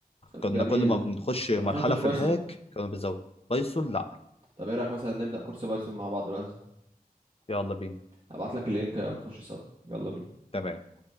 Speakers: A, on the left; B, on the right.
A: كنا
B: جميل
A: كل ما بنخش مرحلة
B: طب ما خدتش
A: في
B: بايثون؟
A: الهاك كانوا بيزودوا بايثون لا
B: طب إيه رأيك مثلا نبدأ كورس بايثون مع بعض دلوقتي؟
A: يلا بينا
B: هبعت لك اللينك ونخش سوا يلا بينا
A: تمام